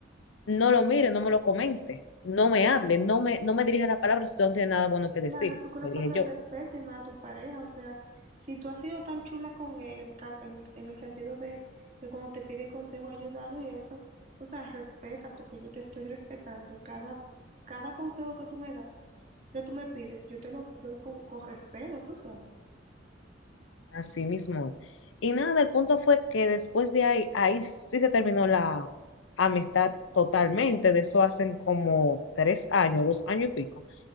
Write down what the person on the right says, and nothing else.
Claro, porque una
falta
de respeto y más a tu pareja, o sea, si tú has sido tan chula con él en, ca- en el en el sentido de que cuando te pide consejo ayudarlo y eso, o sea, respeta, porque yo te estoy respetando cada, cada consejo que tú me das, que tú me pides, yo te lo doy con, con respeto, tú sabes.